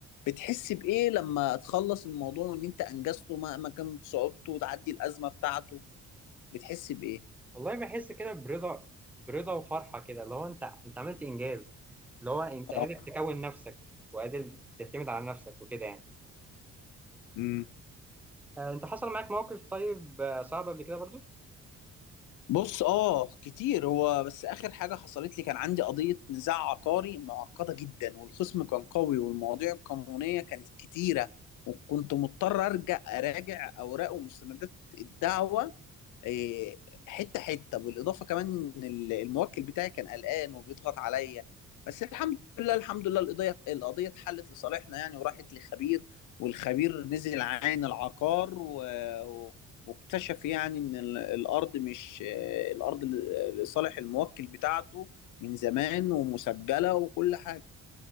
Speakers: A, on the left (about 85°); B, in the centre.
A: بتحس بإيه لما تخلص الموضوع وإن أنت أنجزته مهما كانت صعوبته وتعدي الأزمة بتاعته بتحس بإيه؟
B: والله بحس كده برضا برضا وفرحه كده اللي هو انت انت عملت انجاز اللي هو انت قادر
A: اه
B: تكون نفسك وقادر تعتمد على نفسك وكده يعني
A: امم
B: آه انت حصل معاك موقف طيب آه صعب قبل كده برضو
A: بص اه كتير هو بس اخر حاجه حصلت لي كان عندي قضيه نزاع عقاري معقده جدا والخصم كان قوي والمواضيع القانونيه كانت كتيره وكنت مضطر ارجع اراجع اوراق ومستندات الدعوه إيه، حته حته بالاضافه كمان ان ال- الموكل بتاعي كان قلقان وبيضغط عليا بس الحمد لله الحمد لله القضيه القضيه اتحلت لصالحنا يعني وراحت لخبير والخبير نزل عين العقار و... و- واكتشف يعني ان ال- الارض مش آه، الارض ل- لصالح الموكل بتاعته من زمان ومسجله وكل حاجه